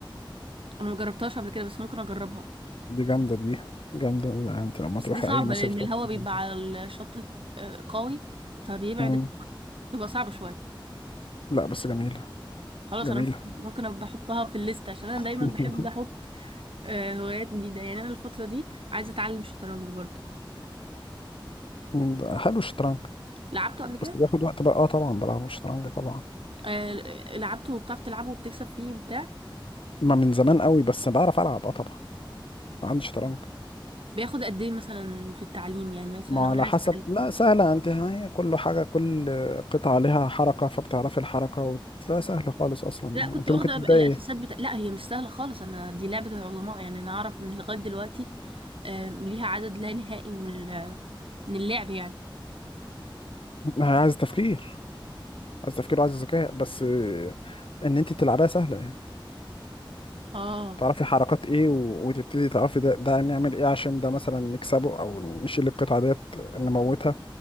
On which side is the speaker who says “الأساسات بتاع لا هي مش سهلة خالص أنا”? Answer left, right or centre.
Right